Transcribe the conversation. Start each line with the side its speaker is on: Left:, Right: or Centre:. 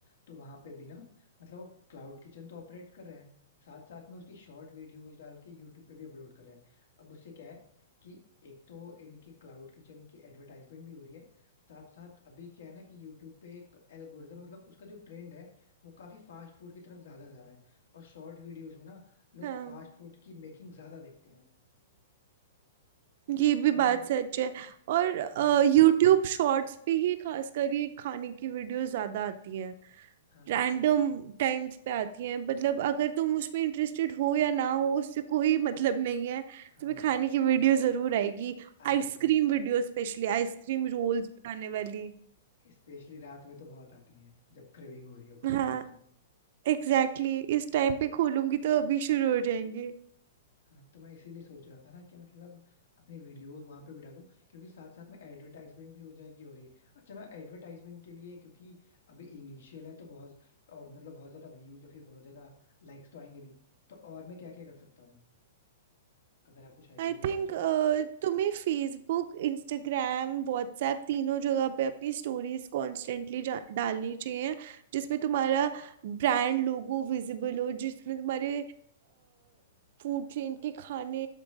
Left: तो वहां पे भी ना मतलब वो क्लाउड किचन तो ऑपरेट कर रहा है साथ साथ में उसकी शॉर्ट वीडियोस डाल के यूट्यूब पे भी अपलोड कर रहा है अब उससे क्या है कि एक तो इनकी क्लाउड किचन की एडवर्टाइजमेंट भी हो रही है साथ साथ अभी क्या है ना कि यूट्यूब पे एक एल्गोरिदम मतलब उसका जो ट्रेंड है वो काफी फास्ट फूड की तरफ ज्यादा जा रहा है और शॉर्ट वीडियोस में ना लोग
Right: हाँ
Left: फास्ट फूड की मेकिंग ज्यादा देखते हैं
Right: ये भी
Left: तो
Right: बात
Left: मैं
Right: सच है और
Left: हाँ
Right: यूट्यूब शॉर्ट्स पे ही खासकर ये खाने की वीडियो ज्यादा आती हैं
Left: हाँ
Right: रैंडम
Left: एग्जैक्टली exactly,
Right: टाइम्स पे आती हैं मतलब अगर तुम उसमें इंटरेस्टेड हो या ना हो उससे कोई मतलब नहीं है
Left: हाँ
Right: तुम्हें खाने की वीडियो जरूर आएगी
Left: आ जाती
Right: Ice cream
Left: हैं
Right: video specially ice cream rolls बनाने वाली
Left: स्पेशली रात में तो बहुत आती हैं जब क्रेविंग हो रही हो कुछ
Right: हाँ
Left: खाने की
Right: एग्जैक्टली exactly, इस टाइम पे खोलूंगी तो अभी शुरू हो जाएंगे
Left: हाँ तो मैं इसीलिए सोच रहा था ना कि मतलब अपनी वीडियोस वहां पे भी डालूं क्योंकि साथ साथ में एडवर्टाइजमेंट भी हो जाएगी हो रही है अच्छा मैं एडवर्टाइजमेंट के लिए क्योंकि अभी इनिशियल है तो बहुत और मतलब बहुत ज्यादा व्यूज या फिर बहुत ज्यादा लाइक्स तो आएंगे नहीं तो और मैं क्या क्या कर सकता हूँ अगर आप कुछ आइडिया
Right: आई
Left: दे सको
Right: थिंक
Left: तो
Right: तुम्हें फेसबुक इंस्टाग्राम व्हाट्सएप तीनों जगह पे अपनी स्टोरीज कॉन्स्टेंटली डालनी चाहिए जिसमें तुम्हारा ब्रांड लोगो विजिबल हो जिसमें तुम्हारे फूड चेन के खाने